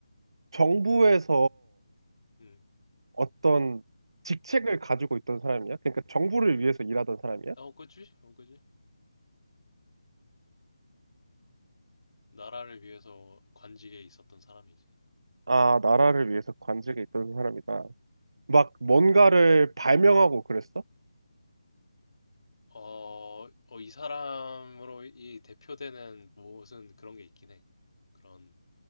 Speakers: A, on the right; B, on the left.
A: 정부에서
B: 음.
A: 어떤 직책을 가지고 있던 사람이야? 그러니까 정부를 위해서 일하던 사람이야?
B: 어, 그지? 어, 그지? 나라를 위해서 관직에 있었던 사람이지.
A: 아, 나라를 위해서 관직에 있던 사람이다. 막 뭔가를 발명하고 그랬어?
B: 어, 어, 이 사람으로 이 대표되는 무엇은 그런 게 있긴 해. 그런